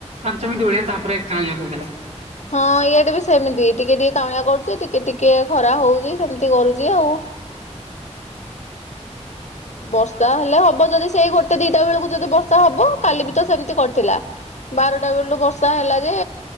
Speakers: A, on the right; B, on the left.
A: ପାଞ୍ଚ ମିଣ୍ଟି ଭଳିଆ ତାପରେ କାଁଳିଆ କରିଦେଲା।
B: ହଁ ଏଇଆ ଡେ ବି ସେମିତି ଟିକେ ଟିକେ କାଉଁଳିଆ କରୁଛି ଟିକେ ଟିକେ ଖରା ହଉଛି ସେମିତି କରୁଛି ଆଉ।
A: <inaudible>
B: ବର୍ଷା ହେଲେ ହବ ଯଦି ସେଇ ଗୋଟେ ଦିଟା ବେଳକୁ ଯଦି ବର୍ଷା ହବ କାଲି ବି ତ ସେମିତି କରିଥିଲା। ବାରଟା ବେଳୁ ବର୍ଷା ହେଲା ଯେ